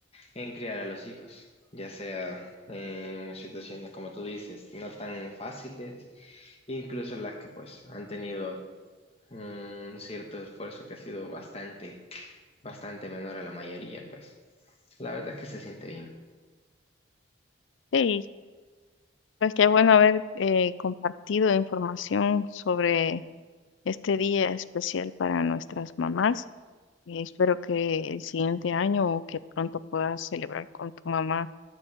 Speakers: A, on the left (about 30°); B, on the left (about 75°).
A: en criar a los hijos, ya sea en situaciones como tú dices, no tan fáciles, incluso las que pues han tenido un cierto esfuerzo que ha sido bastante, bastante menor a la mayoría, pues la verdad es que se siente bien.
B: Sí, pues qué bueno haber eh, compartido información sobre este día especial para nuestras mamás. Espero que el siguiente año o que pronto puedas celebrar con tu mamá